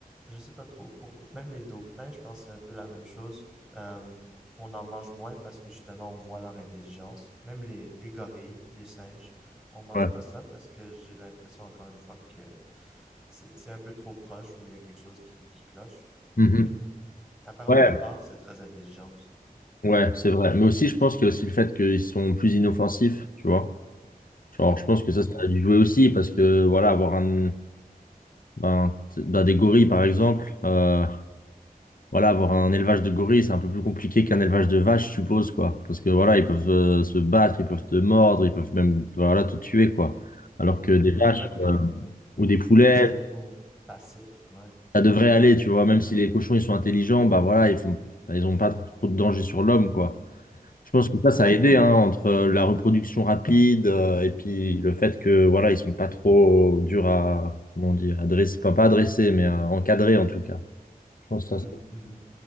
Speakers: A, in the centre; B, on the left.
A: je sais pas trop, pour même les dauphins, je pense que c'est un peu la même chose. Euh, on en mange moins parce que justement on voit leur intelligence. Même les, les gorilles, les singes, on mange
B: Ouais.
A: pas ça parce que j'ai l'impression encore une fois que c'est c'est un peu trop proche ou il y a quelque chose qui, qui cloche.
B: Mhm.
A: Bien que, apparemment
B: Ouais,
A: les porcs, c'est très intelligent aussi. Je sais pas.
B: ouais, c'est vrai. Mais aussi, je pense qu'il y a aussi le fait qu'ils sont plus inoffensifs, tu vois. Genre, je pense que
A: Hmm.
B: ça, ça a dû jouer aussi parce que, voilà, avoir un, ben, t- dans des gorilles, par exemple, euh, voilà, avoir un élevage de gorilles, c'est un peu plus compliqué qu'un élevage de vaches, je suppose, quoi. Parce que, voilà, ils peuvent euh, se battre, ils peuvent te mordre, ils peuvent même, voilà, te tuer, quoi. Alors que
A: Mhm.
B: des vaches,
A: C'est vrai que
B: euh, ou des poulets,
A: des animaux passifs, ouais.
B: ça devrait aller, tu vois, même si les cochons, ils sont intelligents, bah voilà, ils font, bah, ils ont pas trop de danger sur l'homme, quoi. Je pense que ça, ça
A: Ouais.
B: a aidé, hein, entre euh, la reproduction rapide euh, et puis le fait que, voilà, ils sont pas trop durs à, comment dire, à dresser, pas, pas à dresser, mais à encadrer, en tout cas. Je pense
A: Mhm,
B: que ça,
A: mhm.